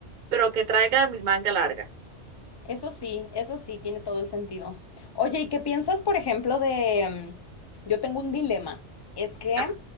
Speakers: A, on the right; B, on the left.
A: pero que traiga mi manga larga.
B: Eso sí, eso sí, tiene todo el sentido. Oye, ¿y qué piensas, por ejemplo, de... mm, Yo tengo un dilema. Es que
A: Ajá.